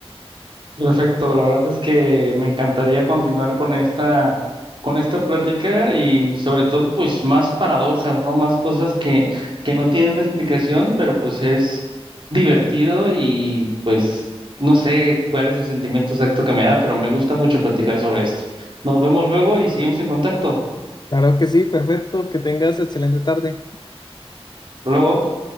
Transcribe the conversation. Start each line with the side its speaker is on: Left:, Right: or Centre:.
Right: Perfecto, la verdad es que me encantaría continuar con esta, con esta plática y sobre todo, pues, más paradojas, ¿no? Más cosas que, que no tienen una explicación, pero pues es divertido y pues no sé cuál es el sentimiento exacto que me da, pero me gusta mucho platicar sobre esto. Nos vemos luego y seguimos en contacto.
Left: Claro que sí, perfecto, que tengas excelente tarde.
Right: Hasta Luego.